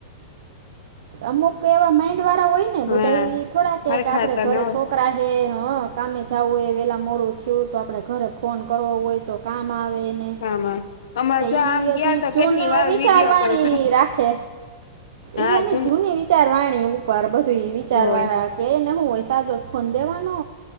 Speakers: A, on the right; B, on the left.
A: અમુક એવા માઈન્ડ વાળા હોય ને એ
B: હા
A: બધા થોડા કે
B: હરખા
A: આપડે
B: તા
A: ઘરે
B: ન હોય
A: છોકરા હે હ કામે જવું હોય વેલા મોડું થયું તો આપડે ઘરે ફોન કરવો હોય તો કામ આવેને
B: <unintelligible>
A: એ હજી
B: તો
A: જૂનું
B: કેટલી વાર
A: વિચારવાની
B: વિડીયો કોલ કર
A: રાખે
B: હા
A: એને
B: જો
A: જૂની વિ વિચારવાણી ઉપર બધું વિચારવાળા
B: હોય
A: કે એને હુંય સાદો ફોન દેવાનો